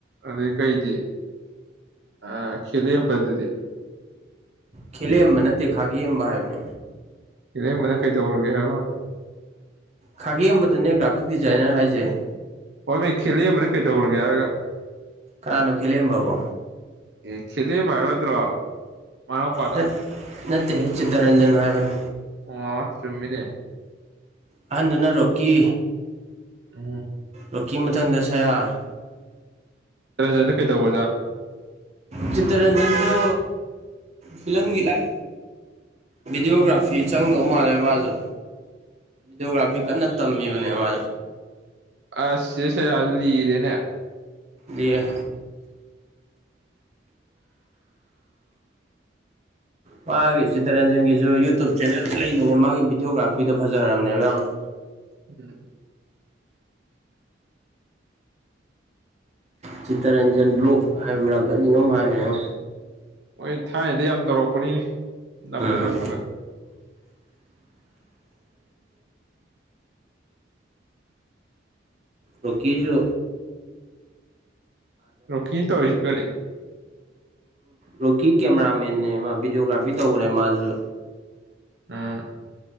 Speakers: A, on the right (about 65°); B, on the right (about 35°).
A: ꯑꯗꯦ ꯀꯩꯗꯤꯦ ꯑ ꯈꯦꯜꯂꯤꯄꯗꯨꯗꯤ
B: ꯈꯦꯂꯕ ꯅꯠꯇꯦ ꯈꯥꯒꯝꯕ ꯍꯥꯏꯅꯦ
A: ꯀꯔꯩꯕꯅ ꯀꯩꯗꯧꯔꯒꯦ ꯍꯥꯏꯕ ꯋꯥꯅꯤ
B: ꯈꯥꯒꯦꯝ ꯑꯃꯗꯨꯅꯦ ꯒ꯭ꯔꯥꯐꯤꯛ ꯗꯤꯖꯥꯏꯅꯔ ꯍꯥꯏꯖꯩ
A: ꯍꯣꯏꯕ ꯈꯦꯂꯤꯕꯅ ꯀꯩꯗꯧꯔꯒꯦ ꯍꯥꯏꯔꯒ
B: ꯀꯅꯥꯅꯣ ꯈꯦ ꯂꯩꯕꯕꯣ
A: ꯑꯦ ꯁꯤꯦꯂ ꯐꯥꯏ ꯅꯠꯇ꯭ꯔꯣ ꯃꯅꯛꯄꯥꯗ
B: ꯅꯠ ꯅꯠꯇꯦꯍꯦ ꯆꯤꯇꯔꯟꯖꯟ ꯍꯥꯏꯕꯅꯦ
A: ꯑꯣ ꯆꯨꯝꯃꯤꯅꯦ
B: ꯑꯍꯟꯗꯨꯅ ꯔꯣꯛꯀꯤ
A: ꯎꯝ
B: ꯇꯣꯛꯀꯤ ꯃꯊꯪꯗ ꯁꯌꯥ
A: ꯔꯟꯖꯟꯗ ꯀꯩꯗꯧꯕ ꯑꯣꯖꯥ
B: ꯆꯤꯇꯔꯟꯖꯟꯁꯨ ꯐꯤꯂꯝꯒꯤ ꯂꯥꯏ ꯚꯤꯗꯤꯑꯣꯒ꯭ꯔꯥꯐꯤ ꯆꯪꯗꯧ ꯃꯥꯜꯂꯦ ꯃꯥꯁꯨ ꯗꯤꯑꯣꯒ꯭ꯔꯥꯐꯤ ꯀꯅ ꯊꯝꯃꯤꯕꯅꯦ ꯃꯥ
A: ꯑꯁꯁꯦ ꯑꯗꯨ ꯂꯤꯔꯦꯅꯦ
B: ꯗꯔ ꯃꯥꯒꯤ ꯁꯤꯇꯔꯟꯖꯟꯒꯤꯁꯨ ꯌꯨꯇꯨꯞ ꯆꯦꯅꯦꯜ ꯂꯩꯕꯅꯦ ꯃꯥꯒꯤ ꯚꯤꯗꯤꯑꯣꯒ꯭ꯔꯥꯐꯤꯗꯣ ꯐꯖꯔꯔꯕꯅꯦꯕ ꯌꯥꯝꯅ
A: ꯎꯝ
B: ꯆꯤꯇꯔꯟꯖꯟ ꯕ꯭ꯂꯣꯛ ꯍꯥꯏꯕ꯭ꯔꯥ ꯀꯔꯤꯅꯣꯝ ꯍꯥꯏꯕꯅꯦ
A: ꯍꯣꯏ ꯊꯥꯏꯅꯗ ꯌꯥꯝ ꯇꯧꯔꯛꯄꯅꯤꯅꯤ ꯅꯝꯃ
B: ꯎꯝ
A: ꯅꯝꯃꯒ
B: ꯔꯣꯀꯖꯣ
A: ꯔꯣꯀ ꯇ ꯑꯣꯏꯁ ꯈꯔꯤ
B: ꯔꯣꯀꯤ ꯀꯦꯃꯦꯔꯥꯃꯦꯦꯟꯅꯦ ꯃꯥ ꯚꯤꯗꯤꯑꯣꯒ꯭ꯔꯥꯐꯤ ꯇꯧꯕꯅꯦ ꯃꯥꯁꯨ
A: ꯑꯥ